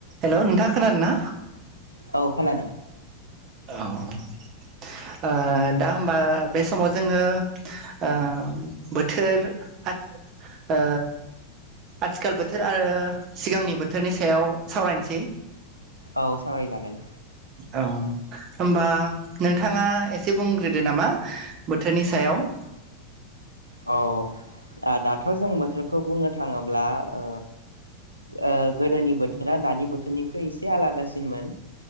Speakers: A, on the right; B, on the right.
A: Hello नोंथां खोनादोना
B: औ खोनादों
A: औ ओ दा होमबा बे समाव जोङो ओ बोथोर ओ आथिखाल बोथोर आरो सिगांनि बोथोरनि सायाव सावरायनोसै
B: औ सावराय जागोन
A: औ होनबा नोंथाङा एसे बुंग्रोदो नामा बोथोरनि सायाव <inaudible>
B: औ दाथ' जों बोथोरखौ बुंनो थाङोब्ला ओ ओ गोदोनि बोथोरा दानि बोथोरनिख्रुइ एसे आलादासिनमोन